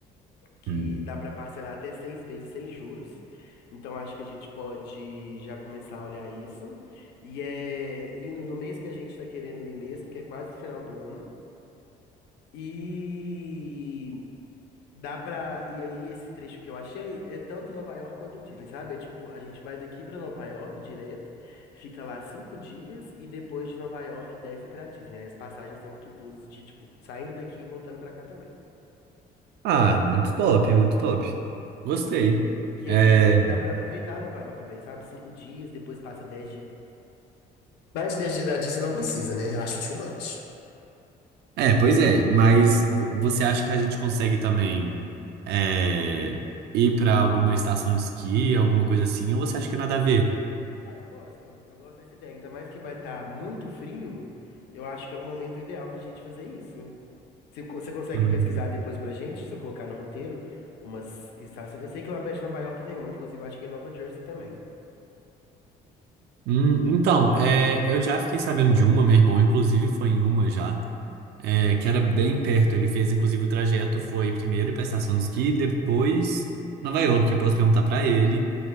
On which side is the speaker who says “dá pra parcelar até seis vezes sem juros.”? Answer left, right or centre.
Left